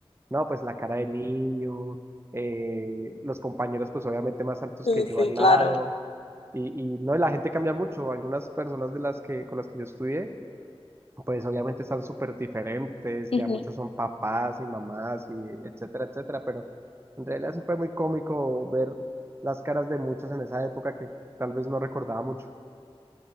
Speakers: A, on the right (about 25°); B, on the left (about 70°).
A: No, pues la cara de niño, eh, los compañeros pues obviamente más altos
B: sí,
A: que yo
B: sí,
A: al
B: claro.
A: lado, y, y no, la gente cambia mucho, algunas personas de las que, con las que yo estudié, pues obviamente están súper diferentes,
B: Ujú.
A: ya muchos son papás y mamás y etcétera, etcétera, pero en realidad sí fue muy cómico ver las caras de muchos en esa época que tal vez no recordaba mucho.